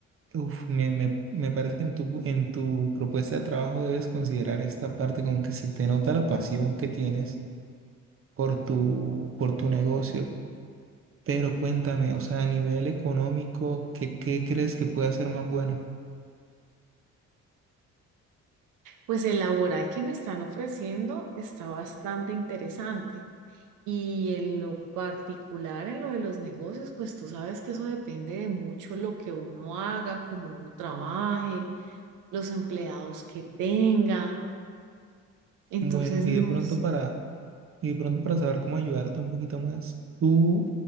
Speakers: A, on the right; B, on the right.
A: uf, me, me- me parece que en tu, en tu propuesta de trabajo debes considerar esta parte como que se te nota la pasión que tienes por tu, por tu negocio. Pero cuéntame, o sea, a nivel económico, ¿qué, qué crees que puede ser más bueno?
B: Pues el laboral que me están ofreciendo está bastante interesante. Y en lo particular, en lo de los negocios, pues tú sabes que eso depende de mucho lo que uno haga, cómo uno trabaje, los empleados que tenga. Entonces,
A: Bueno, y
B: no
A: de pronto para Y de pronto para saber cómo ayudarte un poquito más, ¿tú